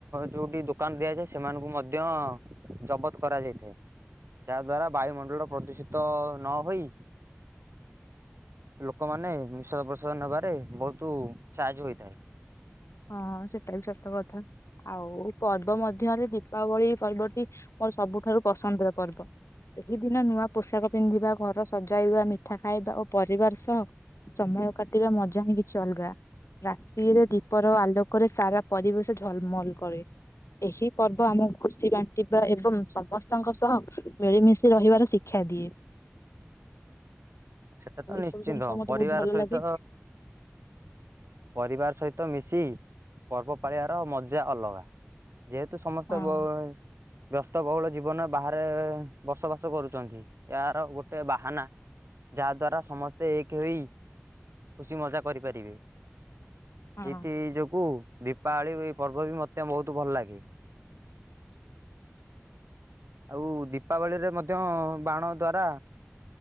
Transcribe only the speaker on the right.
ଯୋଉଠି ଦୋକାନ ଦିଆଯାଏ ସେମାନଙ୍କୁ ମଧ୍ୟ ଜବତ କରାଯାଇଥାଏ। ଯାହା ଦ୍ଵାରା ବାୟୁମଣ୍ଡଳ ପ୍ରଦୂଷିତ ନହୋଇ ଲୋକମାନେ ନିଶ୍ୱାସ ପ୍ରଶ୍ଵାସ ନେବାରେ ବହୁତୁ ସାହାଯ୍ୟ ହୋଇଥାଏ।
ସେଟା
ତ
ନିଶ୍ଚିନ୍ତ
ପରିବାର
ସହିତ
ପରିବାର ସହିତ ମିଶି ପର୍ବ ପାଳିବାର ମଜା ଅଲଗା। ଯେହେତୁ ସମସ୍ତେ
ବ୍ୟସ୍ତ ବ୍ୟସ୍ତ ବହୁଳ ଜୀବନ ବାହାରେ ବସବାସ କରୁଛନ୍ତି ୟାର ଗୋଟେ ବାହାନା । ଯାହାଦ୍ୱାରା ସମସ୍ତେ ଏକ ହୋଇ ଖୁସି ମଜା କରିପାରିବେ।
ଏଇଥି ଯୋଗୁଁ ଦୀପାବଳୀ ଏଇ ପର୍ବ ବି ମତେ ବହୁତ ଭଲ ଲାଗେ ଆଉ ଦୀପାବଳିରେ ମଧ୍ୟ ବାଣ ଦ୍ଵାରା